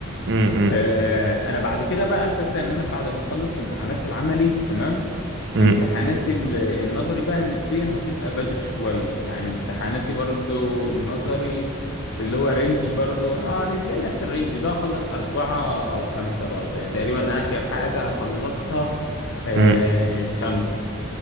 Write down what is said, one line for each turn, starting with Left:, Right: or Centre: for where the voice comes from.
Right: امم
Left: آه، انا بعد كده بقى الفكره ان انا بعد ما اخلص امتحانات العملي تمام
Right: امم
Left: امتحانات ال- النظري بقى نسبيا هتبقى بدري شويه يعني امتحاناتي برضو النظري اللي هو رينج برضو اه نسبيا نفس الرينج اللي هو اخلص اربعة او خمسة برضو يعني تقريبا اخر حاجة هخلصها آه
Right: امم
Left: خمسة